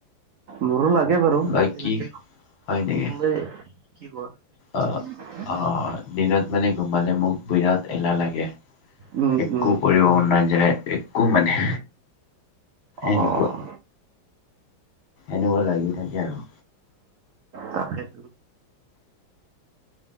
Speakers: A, on the right; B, on the left.
A: মোৰো লাগ তাকে বাৰু
B: বাকী
A: তেনেকে কলে
B: হয় নেকি?
A: কি ক
B: অ' অ' দিনত মানে ঘোমালে মোক বিৰাট এলাহ লাগে
A: উম,
B: একো
A: উম,
B: কৰিব মন নাযায় একো মানে
A: অ'
B: এনোকুৱা এনেকুৱা লাগি থাকে আৰু
A: তাকেটো